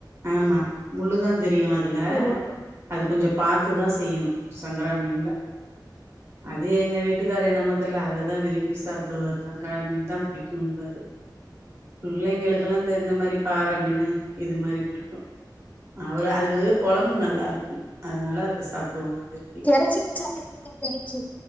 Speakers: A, on the right; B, on the left.
A: ஆமா முல்லுதான் தெரியு அதுல
B: ஆமா
A: அது கொஞ்சொ பாத்துதா ஸ் செய்யணு சங்கரா மீன்ல அது எங்க வீட்டுக்கார என்னமோ தெர்ல அததா விரும்பி சாப்பிடுவாரு சங்கரா மீன் தா பிடிக்கும்பாரு பிள்ளைங்களுக்குல்லா இந்த இந்த மாரிப் பாற மீனு இது மாரி புடிக்கு அவறு அது கொழம்பு நல்லாருக்கு அதுனால அத சாப்டுவாங்க விரும்பி
B: தெரச்சி மீன் சாப்ட்ருக்கீங்களா தெரச்சி